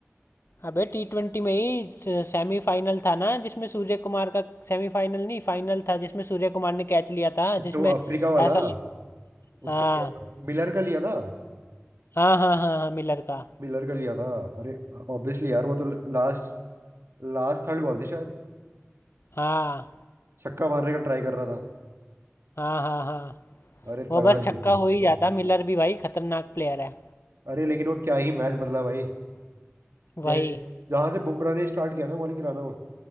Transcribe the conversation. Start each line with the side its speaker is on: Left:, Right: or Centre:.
Left: अबे टी ट्वेंटी में ही सेमीफाइनल था ना जिसमें सूर्य कुमार का सेमीफाइनल नहीं फाइनल था जिसमें सूर्य कुमार ने कैच लिया था
Right: अच्छा
Left: जिसमें
Right: वो अफ्रीका वाला
Left: ऐसा लग हाँ
Right: उसका लिया था मिलर का लिया था
Left: हाँ हाँ हाँ हाँ मिलर का
Right: मिलर का लिया था अरे ऑब्वियसली यार वो तो लास्ट लास्ट थर्ड बॉल थी शायद
Left: हाँ
Right: छक्का मारने का ट्राई कर रहा था
Left: हाँ हाँ हाँ
Right: अरे
Left: वो
Right: तगड़ा
Left: बस
Right: खेल
Left: छक्का
Right: था
Left: हो ही जाता मिलर भी भाई खतरनाक प्लेयर है
Right: अरे लेकिन वो क्या ही मैच बदला भाई जैसे
Left: वही
Right: जहां से बुमराह ने स्टार्ट किया ना बॉलिंग कराना वो